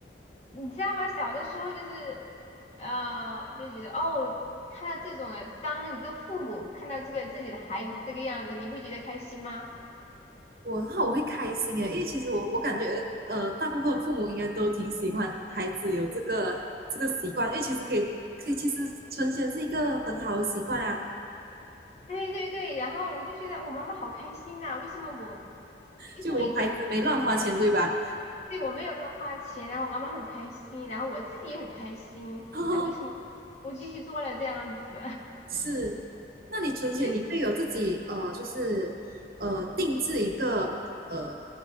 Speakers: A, on the left; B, on the right.
A: 你知道吗？小的时候就是，呃，就觉得哦，看到这种的，当一个父母看到这个自己的孩子这个样子，你会觉得开心吗？
B: 我的话我会开心诶，因为其实我我感觉呃大部分父母应该都挺喜欢孩子有这个这个习惯，因为其实可以可以，其实存钱是一个很好的习惯啊。
A: 对对对，然后我就觉得我妈妈好开心呐、为什么我去做一点，
B: 就我孩子没乱花钱对吧？
A: 对我没有乱花钱，然后我妈妈很开心，然后我自己也很开心，
B: <laughs>
A: 那为什么我继续做了这样子？
B: 是，那你存钱你会有自己呃，
A: <laughs> 就是。
B: 就是呃定制一个呃